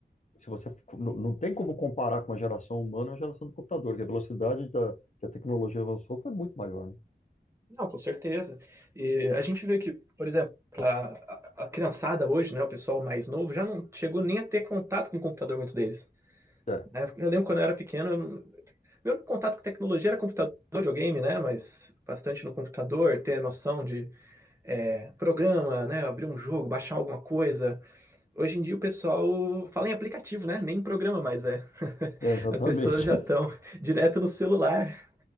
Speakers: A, on the left; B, on the right.
A: se você não, não tem como comparar com a geração humana, a geração do computador, que a velocidade da, que a tecnologia avançou foi muito maior, né?
B: Não, com certeza. E a gente vê que, por exemplo, a, a- a criançada hoje, né, o pessoal mais novo, já não chegou nem a ter contato com o computador, muitos deles.
A: É,
B: né? Eu lembro quando eu era pequeno, eu não- meu contato com tecnologia era computador, videogame, né, mas bastante no computador, ter noção de é, programa, né, abrir um jogo, baixar alguma coisa. Hoje em dia o pessoal fala em aplicativo, né, nem em programa mais é. <laughs>
A: é, exatamente.
B: As pessoas já
A: <laughs>
B: estão direto no celular.